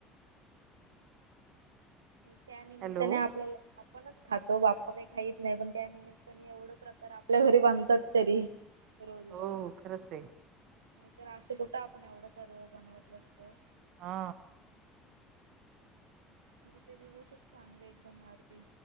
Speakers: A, on the right; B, on the right.
A: त्यानमित्ताने
B: हॅलो
A: आपल्याला आपणच खातो, बाप्पा काही खाईत नाही पण त्या निमित्ताने एवढ प्रकार आपल्या घरी बांधतात तरी. रोज
B: हो
A: रोज,
B: खरंच आहे
A: नाहीतर असे कुठं आपण एवढं सर्व बनवत बसतो.
B: हा.
A: म्हणजे ते दिवसच चांगले, एकदम भारी